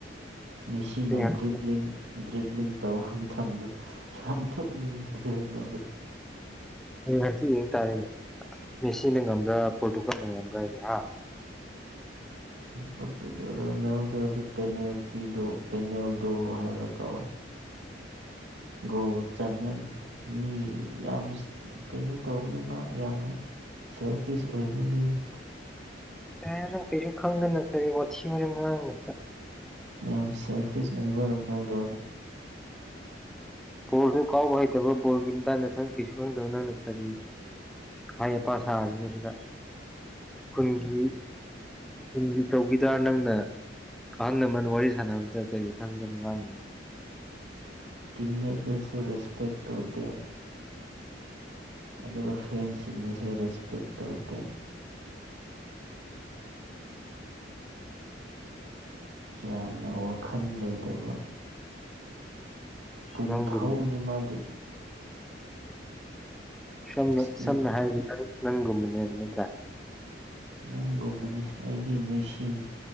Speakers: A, on the right (about 80°); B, in the centre.
A: ꯃꯦꯁꯤꯅ
B: ꯍꯌꯦꯡ
A: ꯗ꯭ꯔꯤꯞꯂꯤꯡ ꯗ꯭ꯔꯤꯚꯂꯤꯡ ꯇꯧꯕ ꯃꯇꯝꯗꯣ ꯌꯥꯝ ꯊꯣꯛꯅꯤꯡꯗꯗꯣ
B: ꯎꯝ ꯍꯪꯆꯤꯠ ꯌ‌ꯦꯡꯇꯥꯔꯤꯅꯦ ꯃꯦꯁꯤꯅ ꯉꯝꯕ꯭ꯔꯥ ꯄꯣꯇꯨꯒꯜꯅ ꯉꯝꯕ꯭ꯔꯥ ꯍꯥꯏꯗ‌ꯣ ꯍꯥ
A: ꯄ‌ꯣꯔꯇꯨꯒꯜ ꯔ‌ꯣꯅꯥꯜꯗ‌ꯣꯗꯤ ꯄꯦꯅꯦꯜꯇꯤꯗꯣ ꯄꯦꯅꯦꯜꯗꯣ ꯍꯥꯏꯕ꯭ꯔꯥ ꯀꯧꯔꯦ ꯒꯣꯜ ꯆꯅ ꯃꯤ ꯌꯥꯝ ꯀꯩꯅꯣ ꯇꯧꯕꯅꯤ ꯃꯥ ꯌꯥꯝꯅ ꯁꯦꯜꯐꯤꯁ ꯑꯣꯏꯕ ꯃꯤꯅꯤ
B: ꯑꯦ ꯅꯪ ꯀꯩꯁꯨ ꯈꯪꯗꯅ ꯀꯔꯤ ꯋꯥꯊꯤ ꯋꯥꯔ‌ꯦꯝ ꯉꯥꯡꯏ
A: ꯌꯥꯝ ꯁꯦꯜꯐꯤꯁ ꯑꯣꯏꯕ ꯔꯣꯅꯥꯜꯗꯣꯅꯤ
B: ꯕꯣꯜꯁꯨ ꯀꯥꯎꯕ ꯍꯩꯇꯕ ꯕꯣꯜꯒꯤ ꯃꯇꯥꯡꯗꯪ ꯀꯩꯁꯨ ꯈꯪꯗꯕ ꯅꯪꯅ ꯀꯔꯤ ꯍꯥꯏ ꯁꯥꯖꯅꯤ ꯁꯤꯗ ꯈꯨꯟꯒꯤ ꯈꯨꯟꯒꯤ ꯇꯧꯈꯤꯗꯔ ꯅꯪꯅ ꯑꯍꯜ ꯂꯃꯅ ꯋꯥꯔꯤ ꯁꯥꯟꯅꯕꯝꯗ ꯀꯔꯤ ꯈꯪꯗꯅ ꯉꯥꯡꯉꯅꯣ
A: ꯇꯤꯃꯦꯦꯠ ꯜꯁꯨ ꯔꯦꯁꯄꯦꯛꯇ ꯇꯧꯗ ꯑꯗꯨꯒ ꯐꯦꯟꯁꯤꯡꯗꯁꯨ ꯔꯦꯁꯄꯦꯛ ꯇꯧꯗꯦ ꯌꯥꯝꯅ ꯋꯥꯈꯜ ꯂꯩꯇꯕ ꯄꯨꯝ
B: ꯅꯪꯒꯨꯝꯕ
A: ꯊꯥꯎꯅꯤ ꯃꯥꯗꯤ
B: ꯁꯝꯅ
A: ꯏꯁꯀꯤꯜ
B: ꯁꯝꯅ ꯍꯥꯏ ꯅꯪꯒꯨꯝ ꯃꯅꯦꯅ ꯅꯠꯇ꯭ꯔ
A: ꯅꯪꯒꯨꯝꯕꯅꯤ ꯑꯩꯗꯤ ꯃꯦꯁꯤꯅꯤ